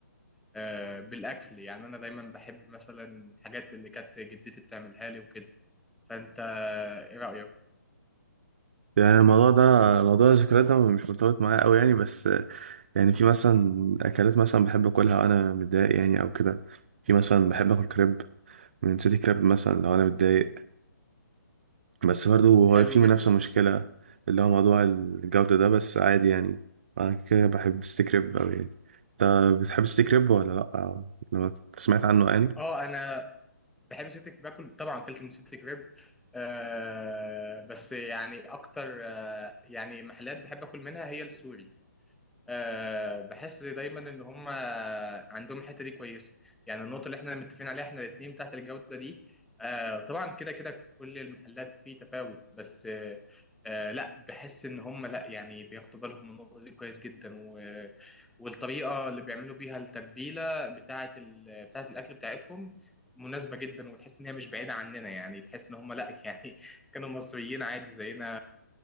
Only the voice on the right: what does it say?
يعني الموضوع ده موضوع الذكريات ده مش مرتبط معايا قوي يعني بس آه، يعني في مثلا اكلات مثلا بحب اكلها وانا متضايق يعني او كده في مثلا بحب اكل كريب من سيتي كريب مثلا لو انا متضايق بس برضه هو
في منافسة
مشكلة اللي هو موضوع الجودة ده بس عادي يعني أنا كده بحب ستيك ريب أوي يعني أنت بتحب ستيك ريب ولا لأ؟ لما سمعت عنه يعني